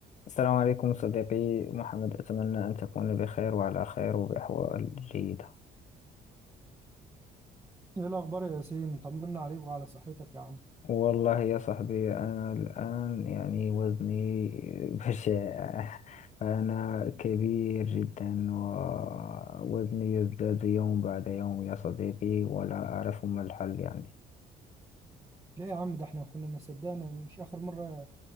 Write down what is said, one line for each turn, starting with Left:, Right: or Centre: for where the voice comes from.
Left: السلام عليكم صديقي محمد أتمنى أن تكون بخير وعلى خير وبأحوال جيدة
Right: ايه الاخبار يا ياسين طمنا عليك وعلى صحتك يا عم
Left: والله يا صاحبي أنا الآن يعني وزني <laughs> بشع أنا كبير جدا ووزني يزداد يوم بعد يوم يا صديقي ولا أعرف ما الحل يعني
Right: ليه يا عم ده احنا كنا ما صدقنا مش اخر مره